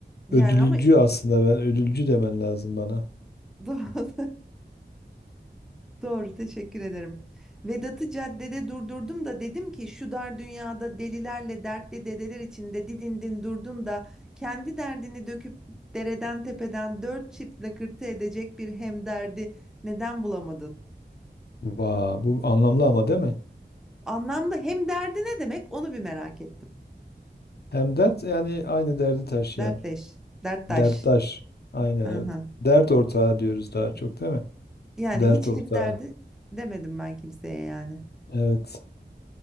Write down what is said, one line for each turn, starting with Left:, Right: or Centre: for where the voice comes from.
Centre: Yani
Left: Ödülcü
Centre: ama
Left: aslında ben ödülcü demen lazım bana.
Centre: <laughs> doğru. Doğru, teşekkür ederim. Vedat'ı caddede durdurdum da dedim ki şu dar dünyada delilerle dertli dedeler içinde didindin durdun da kendi derdini döküp dereden tepeden dört çift lakırtı edecek bir hemderdi neden bulamadın?
Left: Vaa, bu anlamlı ama değil mi?
Centre: Anlamda hemderdi ne demek onu bir merak ettim.
Left: Hem dert yani aynı derdi taşıyan.
Centre: Dertleş, derttaş.
Left: Derttaş. Aynen
Centre: Hı
Left: evet.
Centre: hı.
Left: Dert ortağı diyoruz daha çok değil mi?
Centre: Yani
Left: Dert
Centre: hiç
Left: ortağı.
Centre: hemderdi demedim ben kimseye yani.
Left: Evet.